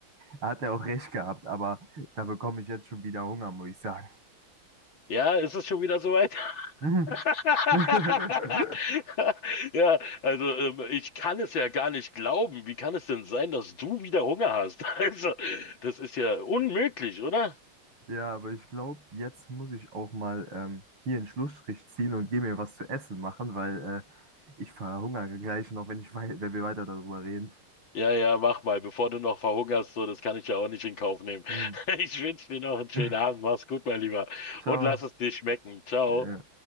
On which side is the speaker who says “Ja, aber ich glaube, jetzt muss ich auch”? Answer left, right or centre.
Right